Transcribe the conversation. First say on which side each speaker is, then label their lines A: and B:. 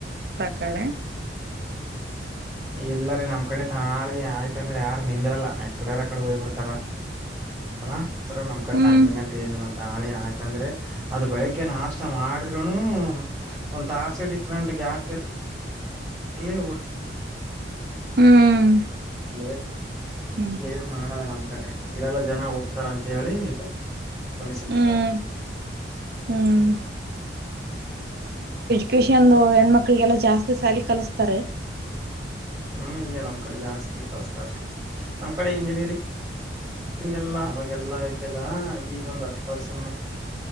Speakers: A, on the right; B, on the right.
A: <inaudible>
B: ಇಲ್ಲರೀ ನಮ್ಮ ಕಡೆ ತಾಳಿ ಆಯ್ತಂದ್ರೆ ಯಾರ ನಿಂದ್ರಲ್ಲ ಎಕಡಾರಕಡೆ ಹೋಗ್ಬ ಬಿಡ್ತಾರ ಅಲ್ ನಮ್
A: ಹ್ಮ್
B: ಟೈಮಿಂಗ್ ಅಂತ <inaudible> ತಾಳಿ ಆಯ್ತಂದ್ರೆ ಅದು ಬೆಳಿಗ್ಗೆ ನಾಷ್ಟ ಮಾಡಿದ್ರೂ ನು ಒಂದ್ ತಾಸೆ ಡಿಫ್ರೆಂಟ್ ಗ್ಯಾಪ್ ಇರ ಇರ್ಲ್ಲ
A: ಹ್ಮ್
B: ಲೇಟ್
A: ಹ್ಮ್
B: ಲೇಟ್ ಮಾಡಲ್ಲ ನಮ್ ಕಡೆ ಇರಲ್ಲ ಜನ ಹೋಗ್ ತಾರ್ ಅಂತೇಳಿ ಬಳಸಿಬಿಡ್ತಾರ
A: ಹ್ಮ್
B: ರಿ
A: ಹ್ಮ್ ಕ್ಯಷನ್ಂದು ಹೆಣ್ಮಕ್ಳಿಗೆಲ್ಲ ಜಾಸ್ತಿ ಸಾಲ ಕಲತಾರೆ
B: ಹ್ಮ್ ಈಗ ನಮ್ ಕಡೆ ಜಾಸ್ತಿ ಕಳಸ್ತಾರೀ ನಮ್ ಕಡೆ ಇಂಜಿನಿಯರಿಂಗ್ ಹಂಗೆಲ್ಲ ಅವಾಗೆಲ್ಲಾ ಇದ್ದಿಲ್ಲ ಈಗ ಒಂದ್ ಹತ್ತು <inaudible> ವರ್ಷ